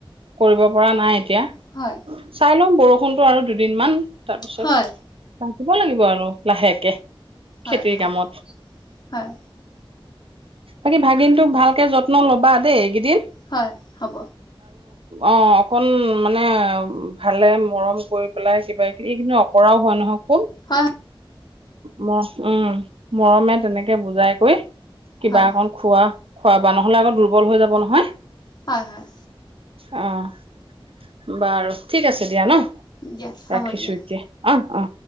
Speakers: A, on the right; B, on the left.
A: কৰিব পৰা নাই এতিয়া।
B: হয়।
A: চাই লম বৰষুণটো আৰু দুদিনমান তাপিছত
B: হয়
A: থাকিব লাগিব আৰু লাহেকে।
B: হয়
A: খেতিৰ
B: হয়
A: কামত
B: হয়
A: বাকী ভাগিনটোক ভাল কে যত্ন ল'বা দেই এইগেদিন।
B: হয় হ'ব।
A: অ অকন মানে ভালে মৰম কৰি পেলাই কিবা কিবি এইকেইদিনত অকৰাও হয় নহয় খোম
B: হয়
A: ম উম মৰমে তেনেকে বুজাই কৈ কিবা
B: হয়
A: অকন খোৱা খোৱাবা নহ'লে আকৌ দুৰ্বল হৈ যাব নহয়।
B: হয় হয়
A: অ বাৰু ঠিক আছে দিয়া ন।
B: দিয়া হ'ব
A: ৰাখিছো
B: দিয়া
A: এতিয়া অ অ।